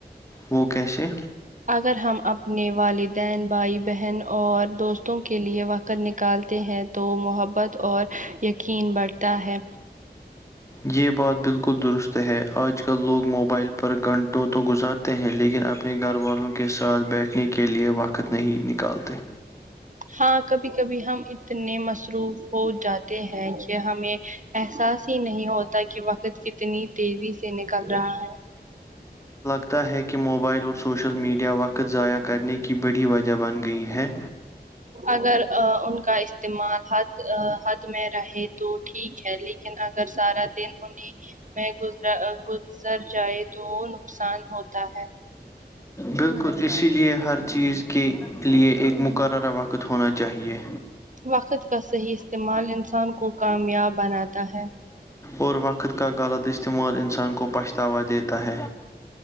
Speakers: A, on the left; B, on the right.
A: وہ کیسے
B: اگر ہم اپنے والدین بھائی بہن اور دوستوں کے لیے وقت نکالتے ہیں تو محبت اور یقین بڑھتا ہے
A: یہ بات بالکل درست ہے آج کل لوگ موبائل پر گھنٹوں تو گزارتے ہیں لیکن اپنے گھر والوں کے ساتھ بیٹھے نے کے لیے وقت نہیں نکالتے
B: ہاں کبھی کبھی ہم اتنے مصروف ہو جاتے ہیں کہ ہمیں احساس ہی نہیں ہوتا کہ وقت کتنی تیزی سے نکل رہا ہے
A: لتا ہے کہ موبائل اور سوشل میڈیا وقت ضائع کرنے کی بڑی وجہ بن گئی ہے
B: اگر آ، ان کا استعمال حد آ، حد میں رہے تو ٹھیک ہے لیکن اگر سارا دن انیں میں گزا گزر جائے تو نقصان ہوتا ہے
A: بالکل اسی لیے ہر چیز کے لیے ایک مقررہ وقت ہونا چاہیے
B: وقت کا صحیح استعمال انسان کو کامیاب بناتا تا ہے
A: اور وقت کا غلط استعمال انسان کو پچھتاوا دیتا ہے